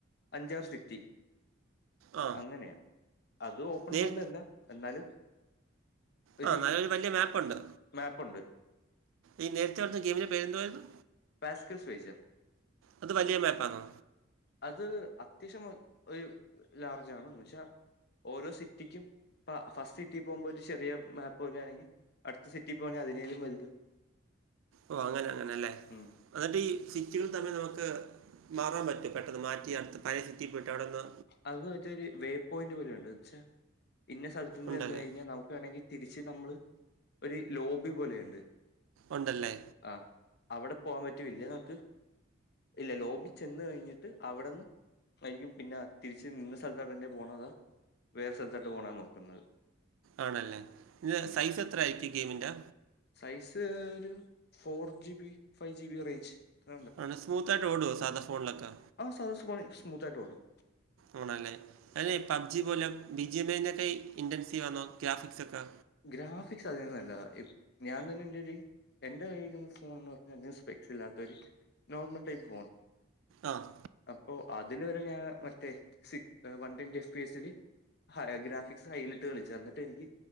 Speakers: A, on the left; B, on the right.
A: അഞ്ചാറ് സിറ്റി
B: ആ.
A: അങ്ങനെയാ അത് ഓപ്പൺ
B: നേര്
A: വേൾഡ് അല്ല എന്നാലും ഒരു
B: ആ നല്ലരു വല്ല്യ മാപ്പുണ്ട്
A: മാപ്പുണ്ട്
B: ഈ നേരത്തെ പറഞ്ഞ ഗെയിമിന്റെ പേരെന്തുവാര്ന്നു
A: പാസ്കിൽ സ്വേചർ
B: അത് വലിയ മാപ്പാണോ
A: അത് അത്യാവശ്യം ഒരു ലാർജ് ആണ് എന്ന് വെച്ചാ ഓരോ സിറ്റിക്കും പ്പ ഫസ്റ്റ് സിറ്റിൽ പോകുമ്പോൾ ഒരു ചെറിയ മാപ്പ് പോലെയാണെങ്കിൽ അടുത്ത സിറ്റി പോകണെങ്കിൽ അതിനേലും വലുത്
B: ഓ അങ്ങനെ അങ്ങനെല്ലേ
A: ഉം
B: എന്നിട്ട് ഈ സിറ്റികൾ തന്നെ നമുക്ക് മാറാൻ പറ്റും പെട്ടെന്ന് മാറ്റി അടുത്ത് പഴയ സിറ്റിൽ പോയിട്ട് അവിടെന്ന്
A: അത് മറ്റരു വേ പോയിന്റ് പോലുണ്ട് വെച്ചാ ഇന്ന സ്ഥലത്ത നിന്ന്
B: ഉണ്ടല്ലേ?
A: എന്ന് കഴിഞ്ഞാൽ നമുക്ക് വേണമെങ്കി തിരിച്ച് നമ്മള് ഒരു ലോബി പോലെയുണ്ട്
B: ഉണ്ടല്ലേ
A: ആഹ് അവിടെ പോവാൻ പറ്റും ഇല്ലേ നമുക്ക് ഇല്ല ലോബി ചെന്ന് കഴിഞ്ഞിട്ട് അവിടെന്ന് കയ്യും പിന്നെ തിരിച്ച് നിന്ന സ്ഥലത്തോട്ട്ന്റെ പോകണോ വേറെ സ്ഥലത്തോട്ട് പോകണോ നോക്കുന്നത്
B: ആണല്ലേ ഇത്
A: ഉം
B: സൈസ് എത്ര ആയിരിക്കും ഗെയിമിന്റെ
A: സൈസ് ഒരു four G B five G B range ഇത്ര
B: അ സ്മൂത്തായിട്ട് ഓഡോ സാധ ഫോണിലൊക്കെ
A: <unintelligible> സ്മൂത്തായിട്ടൊടും
B: ഓണല്ലേ അപബ്ജി പോലെ ബിജി എം ഐക്കെ ഇന്റൻസീവ് ആണോ ഗ്രാഫിക്സ് ഒക്കെ
A: ഗ്രാഫിക്സ് അതിൽന്നല്ല ഞാൻ തന്നെ എന്റെ ഒരു എന്റെ കൈരിക്കുന്ന ഫോൺന്ന് പറഞ്ഞാൽ അ സ്പെക്സ് ഇല്ലാത്ത ഒരു നോർമൽ ടൈപ്പ് ഫോൺ
B: ആഹ്
A: അപ്പോ അതില് വരെ ഞൻ മറ്റേ വൺ ട്വന്റി എഫ് പി ല് ഹ ഗ്രാഫിക്സ് ഹൈലിട്ട് കളിച്ചു എന്നിട്ട് എനിക്ക്